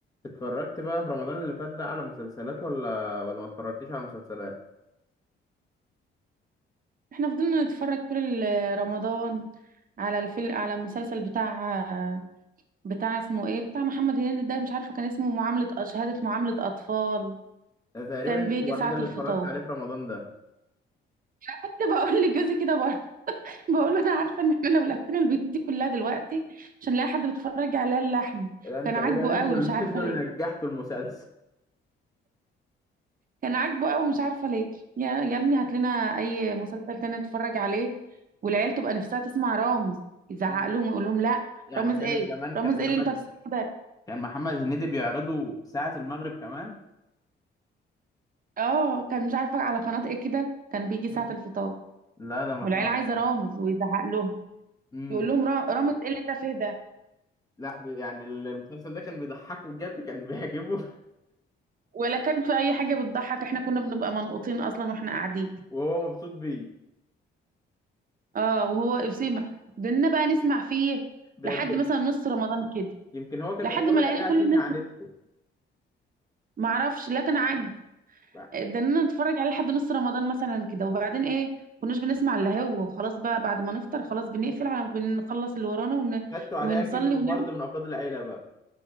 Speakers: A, on the left; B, on the right.
A: اتفرجت بقى في رمضان اللي فات ده على مسلسلات ولا ولا ما اتفرجتش على مسلسلات
B: احنا فضلنا نتفرج طول ال- رمضان على الفيلم على المسلسل بتاع بتاع اسمه ايه بتاع محمد هنيدي ده مش عارفه كان اسمه معامله أ- شهاده معامله اطفال
A: ده تقريبا
B: كان
A: انت
B: بيجي
A: الوحيده
B: ساعه
A: اللي
B: الفطار
A: اتفرجت عليه في رمضان ده
B: كنت بقول <laughs> لجوزي كده بقول <laughs> بقول له انا عارفه ان احنا لو لفينا البيوت دي كلها دلوقتي مش هنلاقي حد بيتفرج عليها الا احنا
A: ده انت
B: كان
A: تقريبا
B: عاجبه
A: انتوا
B: قوي
A: اللي
B: مش عارفه
A: <laughs> انتوا
B: ليه
A: اللي نجحتوا المسلسل
B: كان عاجبه قوي مش عارفه ليه يا يا ابني هات لنا اي مسلسل تاني نتفرج عليه والعيال تبقى نفسها تسمع رامز يزعق
A: <laughs>
B: لهم ويقول لهم لا
A: يعني
B: رامز
A: كان
B: ايه
A: كمان
B: رامز
A: كان محمد
B: ايه اللي انت هتسمعه ده
A: كان محمد هنيدي بيعرضه ساعة المغرب كمان
B: اه كان مش عارفه على قناه ايه كده كان بيجي
A: مم.
B: ساعه الفطار
A: لا ده ما
B: والعيال
A: شاء الله
B: عايزه رامز ويزعق لهم
A: امم
B: يقول لهم را- رامز ايه اللي انت فيه ده
A: لا بي- يعني ال- المسلسل ده كان بيضحكه بجد كان بيعجبه
B: ولا كان في اي حاجه بتضحك احنا كنا بنبقى منقوطين اصلا واحنا قاعدين
A: <laughs> وهو مبسوط بيه
B: اه وهو اسامه بدنا بقى نسمع فيه
A: ده
B: لحد
A: يمكن
B: مثلا نص رمضان كده
A: يمكن هو كان
B: لحد
A: بيتفرج
B: ما لقينا
A: عليه
B: كل
A: عشان
B: الناس
A: يعاندته
B: بت- معرفش لا كان عاجب
A: بقى.
B: ده انا نتفرج عليه لحد نص رمضان مثلا كده وبعدين ايه كناش بنسمع الا هو وخلاص بقى بعد ما نفطر خلاص بنقفل على بنخلص اللي ورانا ون...
A: خدته عليه
B: ونصلي
A: كأنه
B: ونعمل
A: فرد من أفراد العيلة بقى